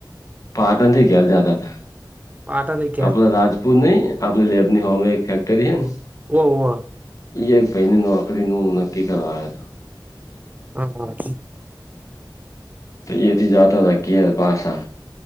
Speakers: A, on the left (about 45°); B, on the right (about 20°).
A: પાટણથી ઘેર જાતા તા.
B: પાટણ.
A: આપલા રાજપુર નહી આપલે લેબની હોમ એક ફેક્ટરી હૈ ને.
B: હોવ, હોવ.
A: યે ભઈનું નોકરીનું નક્કી કરવા આયા હતા.
B: હા હા.
A: તો એથી જતા હતા ઘેર પાસા.